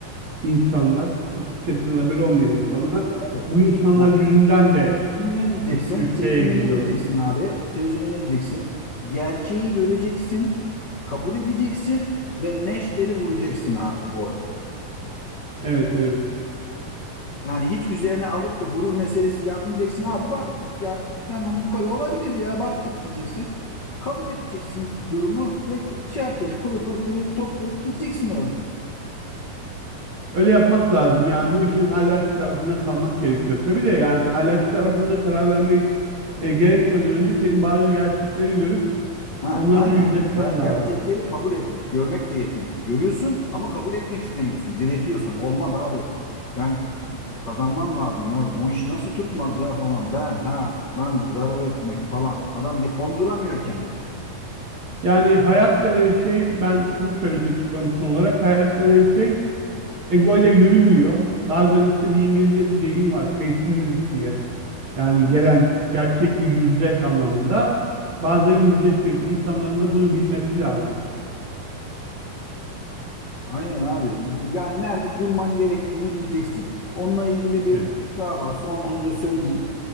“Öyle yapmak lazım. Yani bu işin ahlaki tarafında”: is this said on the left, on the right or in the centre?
Right